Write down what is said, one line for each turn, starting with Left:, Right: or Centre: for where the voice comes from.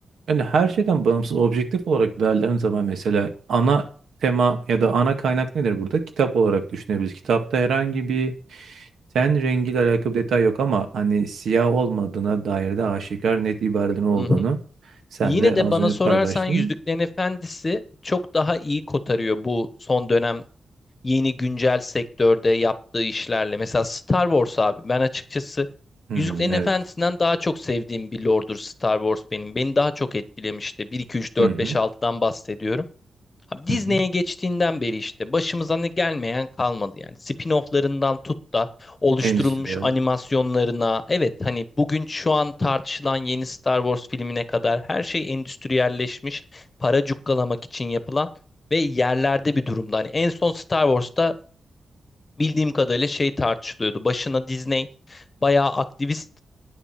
Right: Yani her şeyden bağımsız objektif olarak değerlendiğim zaman mesela ana tema ya da ana kaynak nedir burada? Kitap olarak düşünebiliriz. Kitapta herhangi bir ten rengiyle alakalı bir detay yok ama hani siyah olmadığına dair de aşikar net ibarelerin olduğunu
Left: Hı hı.
Right: sen
Left: Yine
Right: de
Left: de
Right: az
Left: bana
Right: önce
Left: sorarsan
Right: paylaştın.
Left: Yüzüklerin Efendisi çok daha iyi kotarıyor bu son dönem yeni güncel sektörde yaptığı işlerle. Mesela Star Wars abi ben açıkçası
Right: Hmm,
Left: Yüzüklerin
Right: evet.
Left: Efendisi'nden daha çok sevdiğim bir lordur Star Wars benim. Beni daha çok etkilemişti. Bir 2 3
Right: Hı
Left: 4
Right: hı.
Left: 5 altıdan bahsediyorum. Abi Disney'e
Right: Hı hı.
Left: geçtiğinden beri işte başımıza ne gelmeyen kalmadı yani. Spin-off'larından tut da oluşturulmuş
Right: Endüstriyel.
Left: animasyonlarına. Evet hani bugün şu an tartışılan yeni Star Wars filmine kadar her şey endüstriyelleşmiş, para cukkalamak için yapılan ve yerlerde bir durumda. Hani en son Star Wars'ta bildiğim kadarıyla şey tartışılıyordu. Başına Disney bayağı aktivist